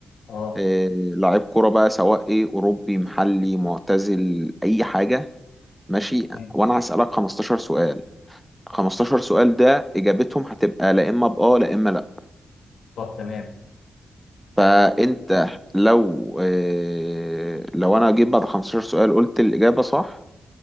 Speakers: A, on the left (about 80°); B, in the centre.
A: اه
B: إيه لعيب كوره بقى سواء ايه اوروبي محلي معتزل اي حاجه ماشي
A: تمام
B: وانا هسالك 15 سؤال 15 سؤال ده اجابتهم هتبقى لا اما باه لا اما
A: طب تمام تمام
B: فانت لو آه، لو انا جيت بعد 15 سؤال قلت الاجابه صح